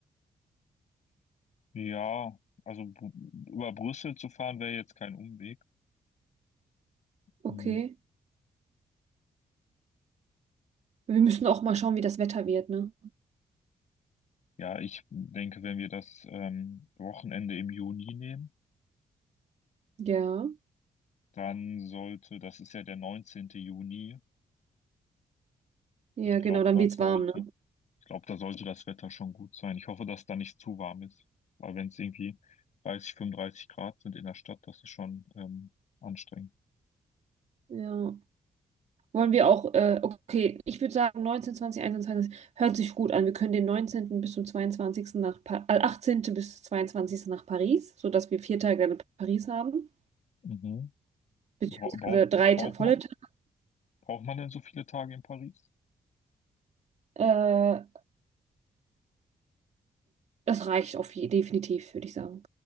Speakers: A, on the left (about 70°); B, on the right (about 60°).
A: ja, also Br- über Brüssel zu fahren wäre jetzt kein Umweg.
B: okay.
A: Hm,
B: Wir müssen auch mal schauen, wie das Wetter wird, ne?
A: Ja, ich denke, wenn wir das ähm, Wochenende im Juni nehmen,
B: Ja,
A: Dann sollte, das ist ja der neunzehnte Juni.
B: ja,
A: Ich glaube,
B: genau, dann
A: da
B: wird's
A: sollte,
B: warm, ne?
A: ich glaube, da sollte das Wetter schon gut sein. Ich hoffe, dass da nicht zu warm ist. Weil wenn es irgendwie 30, 35 Grad sind in der Stadt, das ist schon ähm, anstrengend.
B: Ja. Wollen wir auch, äh, okay, ich würde sagen 19 20 21 hört sich gut an. Wir können den neunzehnten bis zum zweiundzwanzigsten nach, pa äh, 18. bis zweiundzwanzigsten nach Paris, sodass wir vier Tage in Paris haben,
A: Mhm.
B: beziehungsweise
A: Bra braucht,
B: drei
A: braucht
B: Ta volle
A: man,
B: Tage.
A: braucht man denn so viele Tage in Paris?
B: Äh, das reicht auf je definitiv, würde ich sagen.